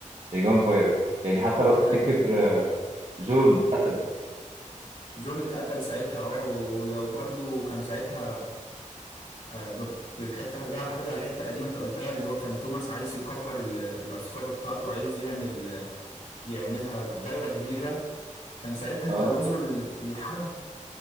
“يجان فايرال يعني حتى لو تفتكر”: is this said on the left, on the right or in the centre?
Right